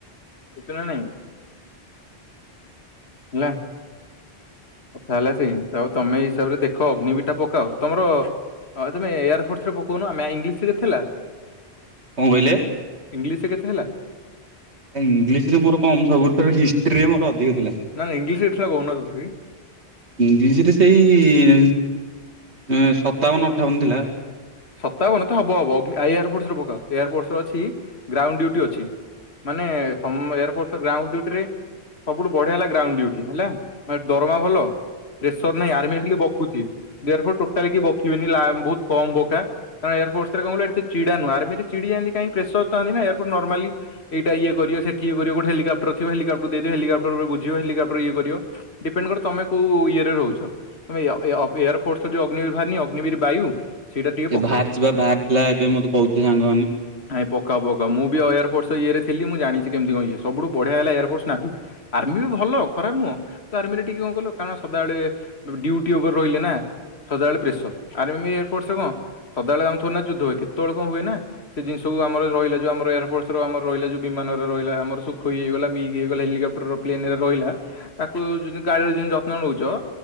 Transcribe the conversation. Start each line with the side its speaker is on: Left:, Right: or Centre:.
Left: ସୂଚନା ନହିଁ। ହେଲା। କଥା ହେଲା ସେମି ଆଉ ତମେ ହିସାବରେ ଦେଖ ଅଗ୍ନିବି ଏଟା ପକାଅ। ତମର ତମେ ଏୟାର ଫୋର୍ସ ରେ ପକଉନ। ଆମେ ଇଂଲିଶ ରେ ଥିଲା?
Right: କଣ କହିଲେ?
Left: ଇଂଲିସିରେ କେତେ ଥିଲା?
Right: ଇଂଲିଶ ରେ ମୋର କମ୍, ସବୁଠାରୁ ହିଷ୍ଟ୍ରିରେ ମୋର ଅଧିକ ଥିଲା।
Left: ନାଇଁ ଇଂଲିସ୍ ରେ କହୁନ ତଥାବି।
Right: ଇଂଲିଶ୍ ରେ ସେଇ ସତାବନ ଅଠାବନ ଥିଲା ଆଉ।
Left: ସତାବନ ତ ହବ ହବ। ଅଗ୍ନି-ଏୟାର ଫୋର୍ସ ରେ ପକାଅ। ଏୟାର ଫୋର୍ସ ରେ ଅଛି ଗ୍ରାଉଣ୍ଡ ଡ୍ୟୁଟି ଅଛି। ମାନେ ସମ୍ - ଏୟାର ଫୋର୍ସ ଗ୍ରାଉଣ୍ଡ ଡ୍ୟୁଟି ରେ ସବୁଠୁ ବଢିଆ ହେଲା ଗ୍ରାଉଣ୍ଡ ଡ୍ୟୁଟି ହେଲା ଦରମା ଭଲ। ପ୍ରେସର ନାହିଁ ଆର୍ମି ଖାଲି ବକୁଚି, ଏୟାର୍ ଫୋର୍ସ ଟୋଟାଲ୍ କେହି ବକିବେନି ଲା-ବୋହୁତ୍ କମ୍ ବ ଟା କାରଣ ଏୟାରପୋର୍ରସରେ କଣ କହିଲୁ, ଏତେ ଚିଡା ନୁହଁ। ଆର୍ମିରେ ଚିଡି ଯାଆନ୍ତି, କାହିଁ ପ୍ରେସର ଥାନ୍ତିନା ଏୟାରପୋଟ ନର୍ମାଲି ଏଇଟା ଇଏ କରିବେ ସେଠିବି କରିବେ। କୋଉଠି ହେଲିକପ୍ଟର ଥିବ। ହେଲିକପ୍ଟର କୁ ଦେଇଦବେ, ହେଲିକପ୍ଟର ବୁଝିବ ହେଲିକପ୍ଟର ଇଏ କରିବ। ଡିପେଣ୍ଡ କରେ ତମେ କୋଉ ଇଏରେ ରହୁଛ। ତମେ ୟ, ୟ, ଏୟାର ଫୋର୍ସ ରେ ଯୋଉ ଅଗ୍ନିଭିୟୁ ଅଗ୍ନିବିର ବାୟୁ ସେଇଟା ଟିକେ
Right: ଏ
Left: ପକାଅ
Right: ଭାହାରିଚିବା ଭାହାରିଥିଲା ଏବେ ମତେ କହୁଥିଲେ ସାଙ୍ଗମାନେ।
Left: ନାଇଁ ପକା ପକା ମୁ ବି ଏୟାରଫୋର୍ସ ଇଏ ଥିଲ ମୁଁ ଜାଣିଛି କେମିତି କଣ ଇଏ ସବୁଠୁ ବଢିଆ ହେଲା ଏୟାରଫୋର୍ସ ନାଭି। ଆର୍ମି ବି ଭଲ ଖରାପ ନୁହଁ। ତ ଆର୍ମିରେ ଟିକେ କଣ କହିଲ କାରଣ ସଦାବେଳେ ଡିଉଟି ଓଭର ରହିଲେ ନା ସଦାବେଳେ ପ୍ରେସର ଆର୍ମି ଇଏରେ ଫୋର୍ସ ରେ କଣ, ସଦାବେଳେ ଆମେ ଥୋଡି ନା ଯୁଦ୍ଧ ହୁଏ। କେତେବେଳେ କଣ ହୁଏ ନା। ସେ ଜିନିଷକୁ ଆମର ରହିଲା ଯୋଉ ଆମ ଏୟାରଫୋର୍ସ ର ଆମର ରହିଲା ଯଉ ବିମାନ ରହିଲା, ଆମର ସୁଖୋଇ ହୋଇଗଲା, ମିଲ୍କ ହେଇଗଲା, ହେଲିକାପ୍ଟର ର ପ୍ଲେନରେ ରହିଲା। ତାକୁ ଯୁ ଗାଲରେ ଯେମିତି ଯତ୍ନ ନଉଚ।